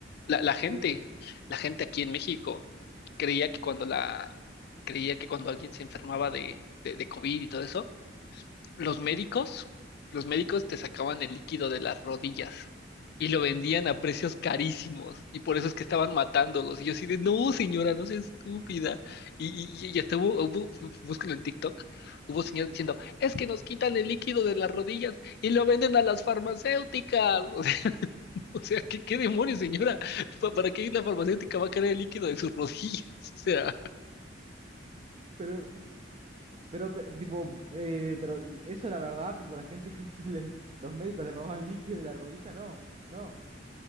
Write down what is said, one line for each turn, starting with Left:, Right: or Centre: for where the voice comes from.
Left: La, la gente,
Right: Sí,
Left: la gente aquí en México creía que cuando la, creía que cuando alguien se enfermaba de, de, de COVID y todo eso, los médicos, los médicos te sacaban el líquido de las rodillas y lo vendían a precios carísimos y por eso es que estaban matándolos. Y yo así de, no, señora, no sea estúpida. Y, y, y hasta hubo, hubo- búscalo en TikTok, hubo señores diciendo, es que nos quitan el líquido de las rodillas y lo venden a las farmacéuticas. <laughs> O sea, o sea, ¿qué, qué demonios, señora? ¿Pa- ¿Para qué la farmacéutica va a querer el líquido de sus rodillas? <laughs> O sea,
Right: pero, pero, pe- tipo, eh, pero eso la verdad, tipo, la gente, <laughs> se le- los médicos le robaban líquido de la rodilla, no, no,